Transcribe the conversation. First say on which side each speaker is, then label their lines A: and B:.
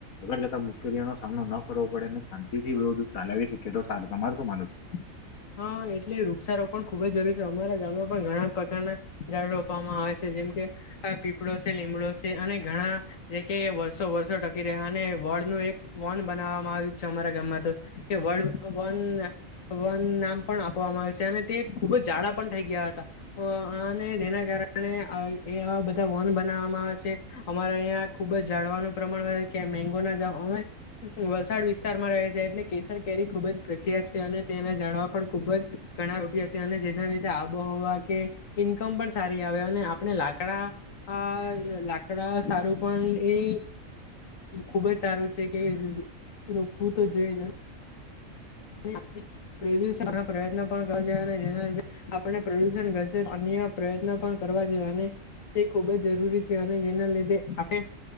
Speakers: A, on the left; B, on the left.
A: અગર જતા નો સામનો ન કરવો પડે ને શાંતિ થીવ ચલાવી શકીએ તો સારુ તમારે શું માનો છે.
B: હા, એટલે વૃક્ષારોપણ ખુબ જ જરૂરી છે, અમારા ગામમાં પણ ઘણા પ્રકારના ઝાળ રોપવામાં આવે છે. જેમ કે પીપળો છે, લીમડો છે, અને ઘણા જે કે વર્ષો વર્ષો ટકી રહ્યા અને વોર્ડ નું એક વોન બનાવવામાં આવ્યું છે, અમારા કે વડ વન વન નામ પણ આપવામાં આવે છે અને તે ખૂબ જ જાડા પણ થઇ ગયા હતા, અ અને જેના કારણે એ આવા બધા વોન બનાવવામાં આવે છે, અમારે અહં ખુબ જ જાડવાનું પ્રમાણ કે મેંગો ના વલસાડ વિસ્તારમાં રહે છે એટલે કેસર કેરી ખુબ જ પ્રખ્યાત છે, અને તેના ઝાડવા પણ ખુબ જ ઘણા રૂપિયા છે, અને જેના લીધે આબોહવા કે ઈન્કમ પણ સારી આવે આપણે લાકડા અ લાકડા સારું પણ એ ખુબજ સારું છે, કે રોપવું તો જોઈએને <unintelligible> પ્રદષણ પ્રયત્ન પણ કર અને જેના લીધે આપને પ્રદુષણ ઘ અન્ય પ્રયત્ન પણ કરવા જોઈએ અને તે ખૂબ જ જરૂરી છે, અને જેના લીધે આપે